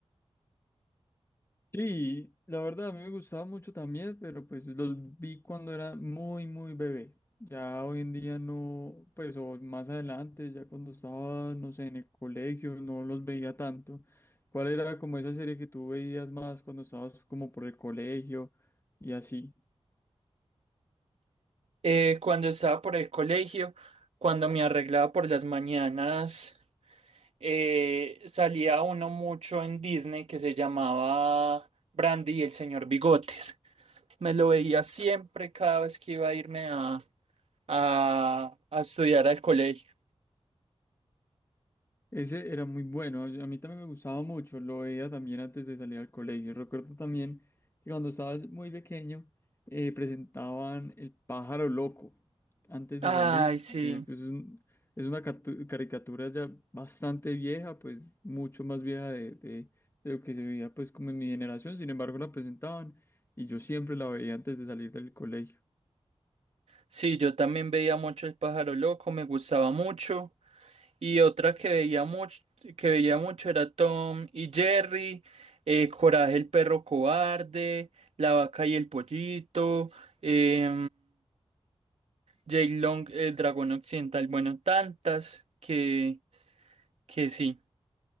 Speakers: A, on the left; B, on the right.
A: Sí, la verdad a mí me gustaba mucho también, pero pues los vi cuando era muy, muy bebé. Ya hoy en día no, pues o más adelante, ya cuando estaba, no sé, en el colegio, no los veía tanto. ¿Cuál era como esa serie que tú veías más cuando estabas como por el colegio y así?
B: eh, cuando estaba por el colegio, cuando me arreglaba por las mañanas, eh, salía uno mucho en Disney que se llamaba Brandy y el señor Bigotes. Me lo veía siempre cada vez que iba a irme a, a, a estudiar al colegio.
A: Ese era muy bueno, yo- a mí también me gustaba mucho, lo veía también antes de salir al colegio. Recuerdo también que cuando estaba muy pequeño eh, presentaban El pájaro loco antes
B: Ay,
A: de salir.
B: sí.
A: eh, pues es un- es una catu- caricatura ya bastante vieja, pues mucho más vieja de, de- de lo que se veía pues como en mi generación. Sin embargo, la presentaban y yo siempre la veía antes de salir del colegio.
B: Sí, yo también veía mucho El pájaro loco, me gustaba mucho. Y otra que veía mucho, que veía mucho era Tom y Jerry, eh, Coraje el perro cobarde, La vaca y el pollito, eh, Jake Long, el dragón occidental, bueno, tantas que, que sí,